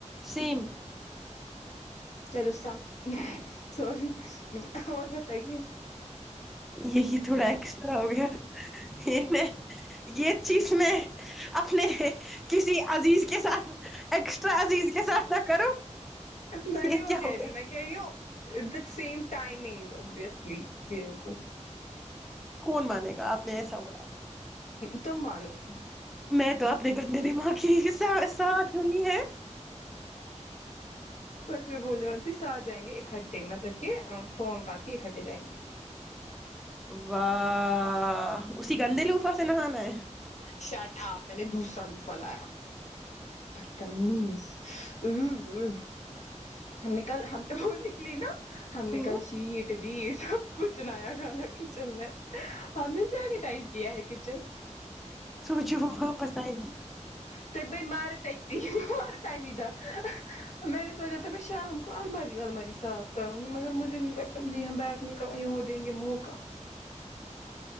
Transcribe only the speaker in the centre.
سیم
یہی تھوڑا ایکسٹرا ہو گیا یہ میں یہ چیز میں اپنے کسی عزیز کے ساتھ ایکسٹرا عزیز کے ساتھ نہ کرو
یہ
کیا
ہو گیا
کون مانے گا آپ نے ایسا بولا
میں تو اپپنے گندے دماغ کی س ساتھ لونگی ہے
واہ اسی گندے لوفا سے نہانا ہے
ہ
سوچو وہ واپس آئے گی